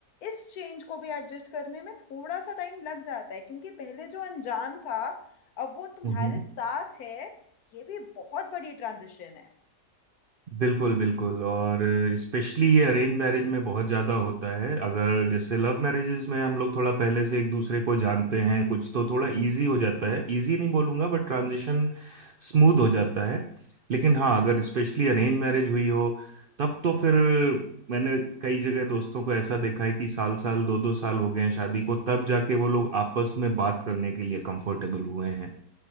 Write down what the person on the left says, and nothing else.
इस चेंज को भी एडजस्ट करने में थोड़ा सा टाइम लग जाता है क्योंकि पहले जो अनजान था अब वो तुम्हारे
साथ है ये भी बहुत बड़ी ट्रांजिशन है